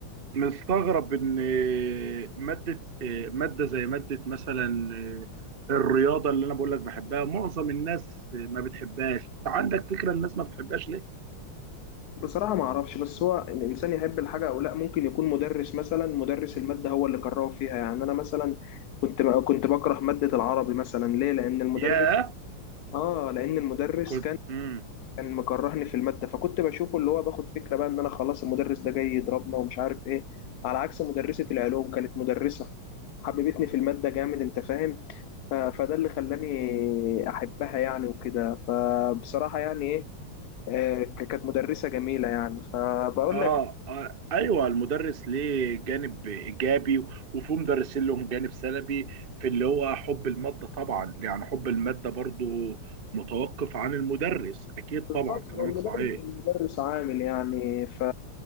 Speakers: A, on the right; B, on the left.
A: مستغرب ان ماده ماده زي ماده مثلا الرياضه اللي انا بقول لك بحبها معظم الناس ما بتحبهاش عندك فكره الناس ما بتحبهاش ليه؟
B: بصراحة ما أعرفش بس هو الإنسان يحب الحاجة أو لا ممكن يكون مدرس مثلا مدرس المادة هو اللي كرهه فيها يعني أنا مثلا كنت كنت بكره مادة العربي مثلا ليه؟ لأن المدرس
A: ياه
B: آه لأن المدرس
A: كنت
B: كان
A: مم.
B: كان مكرهني في المادة فكنت بشوفه اللي هو باخد فكرة بقى إن أنا خلاص المدرس ده جاي يضربنا ومش عارف إيه على عكس مدرسة العلوم كانت مدرسة حببتني في المادة جامد أنت فاهم؟ ف- فده اللي خلاني أحبها يعني وكده فبصراحة يعني إيه آه، ك- كانت مدرسة جميلة يعني فبقول
A: آه,
B: لك
A: اه ايوه المدرس ليه جانب ايجابي وفي مدرسين لهم جانب سلبي في اللي هو حب الماده طبعا يعني حب الماده برضو متوقف عن المدرس اكيد
B: بالظبط
A: طبعا كلامك
B: هو المدرس
A: صحيح
B: المدرس عامل يعني ف...